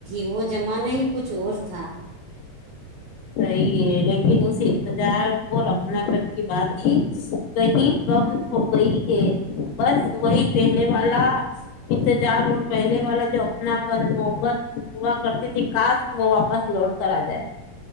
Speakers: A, on the right (about 80°); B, on the left (about 80°).
A: وہ جمع نہیں کچھ اور تھا
B: صحیح ہے لیکن اس انتظار اور اپناپن کی بات ہی کہیں کم ہو گئی ہے بس وہی پہلے والا انتظار اور پہلے والا جو اپناپن محبت ہوا کرتی تھی کاش وہ واپس لوٹ کر آ جائے